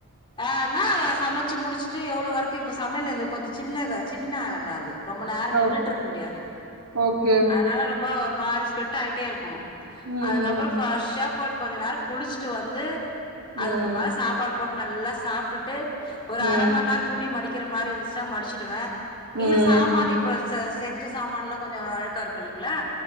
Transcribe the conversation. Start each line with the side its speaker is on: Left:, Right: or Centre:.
Left: ஆனா சமச்சி முடிச்சிட்டு எவ்வளோ ஒர்க்கு இப்போ சமையலந்த கொஞ்சோ சின்னதா சின்ன அறதா அது ரொம்ப நேரோ நின்னுட்ருக்க
Right: ஓ
Left: முடியாது
Right: ஓகே
Left: அதனால ரொம்ப ஒரு மாரி ஸ்வெட் ஆய்ட்டே இருக்கு
Right: ம்
Left: அதுக்கப்றோ ஃப்ரெஷ்ஷா போயிட்டு கொஞ்சோ நேரோ குளிச்சிட்டு வந்து அதுக்கு
Right: ம்
Left: மேல சாப்பாடு போட்டு நல்லா சாப்டுட்டு ஒரு
Right: ம்
Left: அர மண் நேரோ துணி மடிக்கிற மாரி இருந்துச்சுனா மடிச்சிடுவே இல்ல
Right: ம் ம்
Left: சாமானு இப்ப ச செஞ்ச சாமான்லா கொஞ்சோ அழுக்காருக்கு இல்லைங்ளா